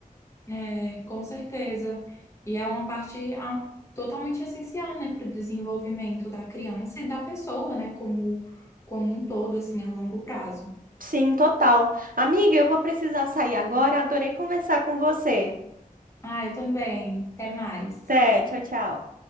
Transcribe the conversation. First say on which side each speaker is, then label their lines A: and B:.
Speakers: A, on the left; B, on the right.
A: É, com certeza. E é uma parte ah, totalmente essencial, né, para o desenvolvimento da criança e da pessoa, né, como, como um todo, assim, a longo prazo.
B: Sim, total. Amiga, eu vou precisar sair agora. Adorei conversar com você.
A: Ah, eu também. Até mais.
B: Até, tchau, tchau.